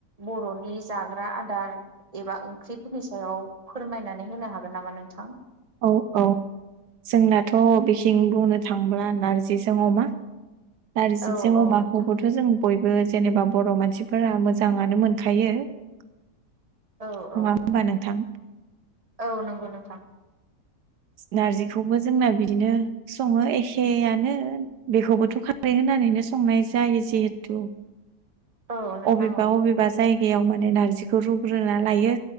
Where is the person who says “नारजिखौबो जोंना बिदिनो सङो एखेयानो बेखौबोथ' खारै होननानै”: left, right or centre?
Right